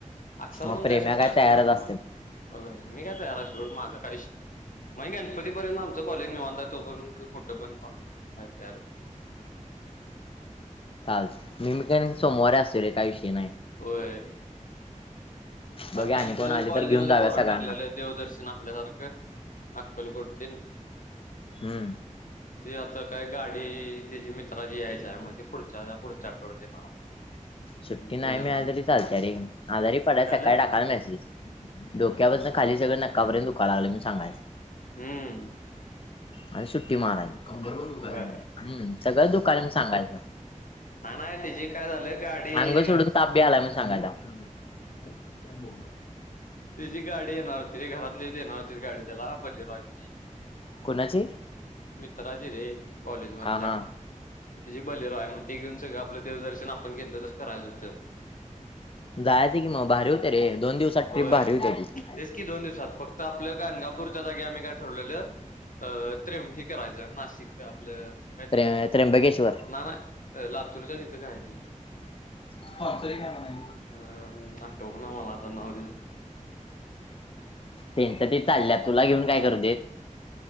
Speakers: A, on the left; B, on the left.
A: अक्षाला
B: मग
A: पण
B: प्रेम्या
A: काय सुट्टी असते
B: तयारच
A: ना सोमवारीे,
B: असेल
A: मी काय तयारच ये माझा काय विषय मी या गणपती पर्यंत आमचं कॉलेज निवांत आहे, तो पर्यंत कुठं पण चाल काहीच हारकत नाही.
B: चालं निमक रे सोमवार असते रे काही श <unintelligible> नाही,
A: होय
B: बघूया
A: आता
B: आणि
A: यांचं
B: कोण आली
A: कॉलेजमध्ये
B: तर घेऊन जाऊया
A: पोराण
B: सगळ्यांना
A: ठरलेलं आहे, देवदर्शन आपल्यासारखं अक्कलकोट चे
B: हम्म,
A: ते आता काय गाडी त्याची मित्राची घ्यायची आहे, मं ते पुढच्या च्या पुढच्या आठवड्यात येणार आहे.
B: ''सुट्टी
A: मग
B: नाही
A: ते जात
B: मिळाली तरी चालते अ रे, आजारी पडा
A: काय
B: सकाळी
A: झालं
B: टाकाल मेसेज, डोक्या वरुन खाली सगळं नकापय दुखव लागलं म सांगाय
A: हम्म
B: आणि सुट्टी मारायची,
A: होय
B: सगळं दुकाने म सांगायच.
A: ना, नाही तची काय झालंय गाडी
B: अंग सोडून ताप बी आलाय म्हणून सांगायचा. <inaudible>
A: तिचीी गाडी येणार होती रे, घरातलीच येणार होती गाडी त्याला बलेर आहे तिी
B: कोणाची?
A: ''मित्राची रे'' कॉलेज
B: हा
A: मधल्या,
B: हा
A: त्याची बोलेरो आहे मग, ते घेऊन सगळं आपलं देवदर्शन आपण घेतलं, तसं करायच होतं
B: 'जायचं कि मग भारी होते रे', दोन दिवसात ट्रिप
A: होय
B: भारी होते
A: की दोन दिवसात फक्त, आपल्याला गणगापूरच्या जागेवर आम्ही काय ठरवलेलं अ--''त्रंबकेश्वर करायचं'', नाशिक आपलं काय
B: त्र्य
A: ते
B: त्र्यंबकेश्वर
A: ना ना ''अ लातूरच्या तिथं काय ते''?
B: स्पॉन्सर का नाही
A: अं आठवक ना मला आता, नाव तिचं
B: ते तरी चालल्या तुला घेऊन काय करतील?